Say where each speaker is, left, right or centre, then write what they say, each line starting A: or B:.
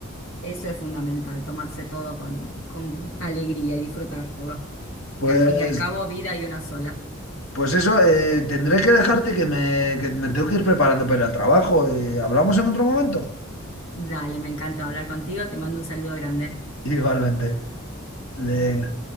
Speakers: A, on the left; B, on the left.
A: Eso es fundamental, tomarse todo con, con alegría y disfrutarlo.
B: Pues,
A: Que al fin y al cabo, vida hay una sola.
B: pues eso, eh, tendré que dejarte que me, que me tengo que ir preparando para ir al trabajo. Eh, ¿hablamos en otro momento?
A: Dale, me encanta hablar contigo, te mando un saludo grande.
B: Igualmente. de
A: Bye.